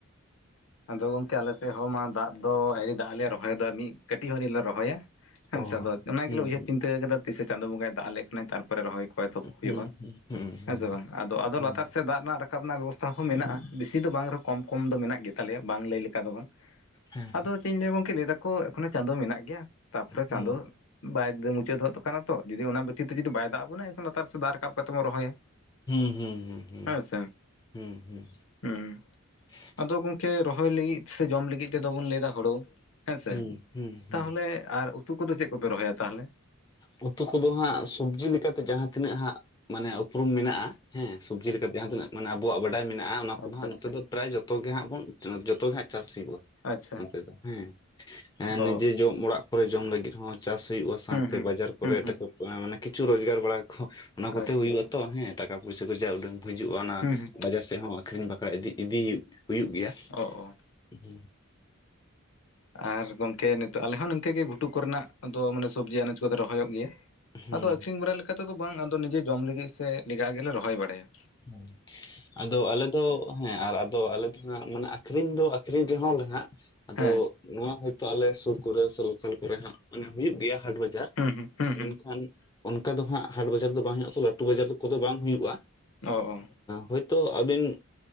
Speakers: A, on the left; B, on the left.
A: ᱟᱫᱚ ᱜᱚᱝᱠᱮ ᱟᱞᱮ ᱥᱮᱫ ᱦᱚᱸ ᱢᱟ ᱫᱟᱜ ᱫᱚ ᱟᱹᱣᱨᱤ ᱫᱟᱜ ᱟᱞᱮ ᱨᱚᱦᱚᱭ ᱫᱚ ᱢᱤᱫ ᱠᱟᱹᱴᱤᱡ ᱦᱚᱸ ᱟᱹᱣᱨᱤ ᱞᱮ ᱨᱚᱦᱚᱭᱟ᱾ ᱦᱮᱸ
B: ᱚ
A: ᱥᱮ
B: ᱦᱩᱸ
A: ᱟᱫᱚ ᱚᱱᱟ
B: ᱦᱩᱸ
A: ᱜᱮᱞᱮ ᱩᱭᱦᱟᱹᱨ ᱪᱤᱱᱛᱟᱹ ᱟᱠᱟᱫᱟ ᱛᱤᱥᱮ ᱪᱟᱸᱫᱳ ᱵᱚᱸᱜᱟᱭ ᱫᱟᱜ ᱟᱞᱮ ᱠᱟᱱᱟᱭ ᱛᱟᱨᱯᱚᱨᱮ ᱨᱚᱦᱚᱭ ᱠᱚ ᱮᱛᱚᱦᱚᱵ ᱦᱩᱭᱩᱜ-ᱟ,
B: ᱦᱩᱸ ᱦᱩᱸ ᱦᱩᱸ
A: ᱦᱮᱸ ᱥᱮ ᱵᱟᱝ ᱟᱫᱚ ᱟᱫᱚ
B: ᱦᱩᱸ
A: ᱞᱟᱛᱟᱨ ᱥᱮ ᱫᱟᱜ ᱨᱮᱱᱟᱜ ᱨᱟᱠᱟᱵ ᱨᱮᱱᱟᱜ ᱵᱮᱵᱚᱥᱛᱟ ᱦᱚᱸ ᱢᱮᱱᱟᱜ-ᱟ, ᱵᱮᱥᱤ ᱫᱚ ᱵᱟᱝ ᱨᱮᱦᱚᱸ ᱠᱚᱢ ᱠᱚᱢ ᱫᱚ ᱢᱮᱱᱟᱜ ᱜᱮ ᱛᱟᱞᱮᱭᱟ ᱵᱟᱝ ᱞᱟᱹᱭ ᱞᱮᱠᱟ ᱫᱚ ᱵᱟᱝ᱾
B: ᱦᱮᱸ
A: ᱟᱫᱚ ᱪᱮᱫ ᱤᱧ ᱞᱟᱹᱭᱟ ᱜᱚᱝᱠᱮ ᱞᱟᱹᱭ ᱫᱟᱠᱚ ᱮᱠᱷᱚᱱᱳ ᱪᱟᱸᱫᱳ ᱢᱮᱱᱟᱜ ᱜᱮᱭᱟ, ᱛᱟᱯᱚᱨᱮ
B: ᱦᱩᱸ
A: ᱪᱟᱸᱫᱳ ᱵᱟᱭ ᱢᱩᱪᱟᱹᱫ ᱦᱚᱫ ᱠᱟᱱᱟ ᱛᱚ ᱡᱩᱫᱤ ᱚᱱᱟ ᱠᱷᱟᱹᱛᱤᱨ ᱛᱮ ᱡᱩᱫᱤ ᱵᱟᱭ ᱫᱟᱜ ᱟᱵᱚᱱᱟ ᱮᱱᱠᱷᱟᱱ ᱞᱟᱛᱟᱨ ᱥᱮᱫ ᱫᱟᱜ ᱨᱟᱠᱟᱵ ᱠᱟᱛᱮ ᱵᱚᱱ ᱨᱚᱦᱚᱭᱟ᱾
B: ᱦᱩᱸ ᱦᱩᱸ ᱦᱩᱸ ᱦᱩᱸ
A: ᱦᱮᱸ ᱥᱮ
B: ᱦᱩᱸ ᱦᱩᱸ
A: ᱦᱩᱸ
B: ᱾
A: ᱟᱫᱚ ᱜᱚᱝᱠᱮ ᱨᱚᱦᱚᱭ ᱞᱟᱹᱜᱤᱫ ᱥᱮ ᱡᱚᱢ ᱞᱟᱹᱜᱤᱫ ᱛᱮᱫᱚ ᱵᱚᱱ ᱞᱟᱹᱭᱫᱟ ᱦᱳᱲᱳ ᱦᱮᱸᱥᱮ
B: ᱦᱩᱸ ᱦᱩᱸ ᱦᱩᱸ
A: ᱛᱟᱦᱚᱞᱮ ᱟᱨ ᱩᱛᱩ ᱠᱚᱫᱚ ᱪᱮᱫ ᱠᱚᱯᱮ ᱨᱚᱦᱚᱭᱟ ᱛᱟᱦᱚᱞᱮ?
B: ᱩᱛᱩ ᱠᱚᱫᱚ ᱦᱟᱸᱜ ᱥᱚᱵᱽᱡᱤ ᱞᱮᱠᱟᱛᱮ ᱡᱟᱦᱟᱸ ᱛᱤᱱᱟᱹᱜ ᱦᱟᱸᱜ ᱢᱟᱱᱮ ᱩᱯᱨᱩᱢ ᱢᱮᱱᱟᱜ-ᱟ ᱦᱮᱸ ᱥᱚᱵᱽᱡᱤ ᱞᱮᱠᱟᱛᱮ ᱡᱟᱦᱟᱸ ᱛᱤᱱᱟᱹᱜ ᱢᱟᱱᱮ ᱟᱵᱚᱣᱟᱜ ᱵᱟᱰᱟᱭ ᱢᱮᱱᱟᱜ-ᱟ ᱚᱱᱟ ᱠᱚᱫᱚ
A: ᱟᱪᱪᱷᱟ
B: ᱦᱟᱸᱜ
A: ᱟᱪᱪᱷᱟ
B: ᱱᱚᱛᱮ ᱫᱚ ᱯᱨᱟᱭ ᱡᱚᱛᱚ ᱜᱮ ᱦᱟᱸᱜ ᱵᱚᱱ ᱡᱚᱛᱚ ᱜᱮ ᱦᱟᱸᱜ ᱪᱟᱥ ᱦᱩᱭᱩᱜ-ᱟ
A: ᱟᱪᱪᱷᱟ
B: ᱱᱚᱛᱮ ᱫᱚ ᱦᱮᱸ᱾ ᱮᱸ
A: ᱚ
B: ᱱᱤᱡᱮ ᱡᱚᱢ ᱚᱲᱟᱜ ᱠᱚᱨᱮ ᱡᱚᱢ ᱞᱟᱹᱜᱤᱫ ᱦᱚᱸ ᱪᱟᱥ ᱦᱩᱭᱩᱜ-ᱟ, ᱥᱟᱸᱣᱛᱮ
A: ᱦᱩᱸ ᱦᱩᱸ
B: ᱵᱟᱡᱟᱨ ᱠᱚᱨᱮ
A: ᱦᱩᱸ
B: ᱴᱟᱠᱟ
A: ᱦᱩᱸ
B: ᱢᱟᱱᱮ ᱠᱤᱪᱷᱩ ᱨᱳᱡᱽᱜᱟᱨ ᱵᱟᱲᱟ ᱠᱚ ᱚᱱᱟ ᱠᱚᱛᱮ
A: ᱟᱪᱪᱷᱟ
B: ᱦᱩᱭᱩᱜ-ᱟ
A: ᱟᱪᱪᱷᱟ
B: ᱛᱚ ᱦᱮᱸ ᱴᱟᱠᱟ ᱯᱩᱭᱥᱟᱹ ᱠᱚ ᱡᱟ ᱩᱰᱟᱹᱝ ᱦᱤᱡᱩᱜ-ᱟ, ᱚᱱᱟ
A: ᱦᱩᱸ ᱦᱩᱸ
B: ᱵᱟᱡᱟᱨ ᱥᱮᱫ ᱦᱚᱸ᱾ ᱟᱠᱷᱨᱤᱧ ᱵᱟᱠᱨᱟ ᱤᱫᱤ ᱤᱫᱤ ᱦᱩᱭᱩᱜ ᱦᱩᱭᱩᱜ ᱜᱮᱭᱟ ᱾
A: ᱚ ᱚ ᱾
B: <unintelligible>
A: ᱟᱨ ᱜᱚᱝᱠᱮ ᱱᱤᱛᱚᱜ ᱟᱞᱮ ᱦᱚᱸ ᱱᱤᱝᱠᱟᱹ ᱜᱮ ᱜᱷᱩᱴᱩ ᱠᱚᱨᱮᱱᱟᱜ ᱫᱚ ᱢᱟᱱᱮ ᱥᱚᱵᱽᱡᱤ ᱟᱱᱟᱡ ᱠᱚᱫᱚ ᱨᱚᱦᱚᱭᱚᱜ ᱜᱮᱭᱟ ᱾
B: ᱦᱩᱸ
A: ᱟᱫᱚ ᱟᱠᱷᱨᱤᱧ ᱵᱟᱲᱟ ᱞᱮᱠᱟ ᱛᱮᱫᱚ ᱵᱟᱝ, ᱟᱫᱚ ᱱᱤᱡᱮ ᱡᱚᱢ ᱞᱟᱹᱜᱤᱫ ᱥᱮ ᱞᱮᱜᱟᱜ ᱜᱮᱞᱮ ᱨᱚᱦᱚᱭ ᱵᱟᱲᱟᱭᱟ ᱾
B: ᱦᱩᱸ ᱟᱫᱚ ᱟᱞᱮ ᱫᱚ ᱦᱮᱸ ᱟᱨ ᱟᱫᱚ ᱟᱞᱮ ᱫᱚ ᱦᱟᱸᱜ ᱢᱟᱱᱮ ᱟᱠᱷᱨᱤᱧ ᱫᱚ ᱟᱠᱷᱨᱤᱧ ᱨᱮᱦᱚᱸ ᱞᱮ ᱦᱟᱸᱜ, ᱟᱫᱚ
A: ᱦᱮᱸ
B: ᱱᱚᱣᱟ ᱛᱚ ᱟᱞᱮ ᱥᱩᱨ ᱠᱚᱨᱮ ᱥᱮ ᱞᱳᱠᱟᱞ ᱠᱚᱨᱮ ᱦᱟᱸᱜ ᱚᱱᱮ ᱦᱩᱭᱩᱜ ᱜᱮᱭᱟ ᱦᱟᱴ ᱵᱟᱡᱟᱨ᱾
A: ᱦᱩᱸ ᱦᱩᱸ ᱦᱩᱸ ᱦᱩᱸ
B: ᱢᱮᱱᱠᱷᱟᱱ ᱚᱱᱠᱟ ᱫᱚ ᱦᱟᱸᱜ ᱦᱟᱴ ᱵᱟᱡᱟᱨ ᱫᱚ ᱵᱟᱝ ᱦᱩᱭᱩᱜ-ᱟ, ᱛᱚ ᱞᱟᱹᱴᱩ ᱵᱟᱡᱟᱨ ᱫᱚ ᱠᱚᱫᱚ ᱵᱟᱝ ᱦᱩᱭᱩᱜ-ᱟ᱾
A: <unintelligible>
B: ᱦᱚᱭᱛᱚ ᱟᱹᱵᱤᱱ